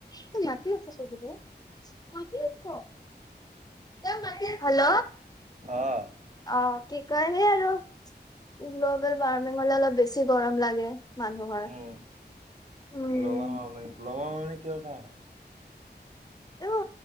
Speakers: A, on the left; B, on the right.
A: ত ইয়াতে আছে টেবুলত তাতে আছ তা মাকে খা হেল্ল
B: অ
A: অ কি সেই কাৰণে আৰু গ্ল'বেল বাৰ্মিঙহলে অলপ বেছি গৰম লাগে মানুহৰ
B: অ
A: um,
B: global warming global warming কিহৰ কাৰনে
A: এইটো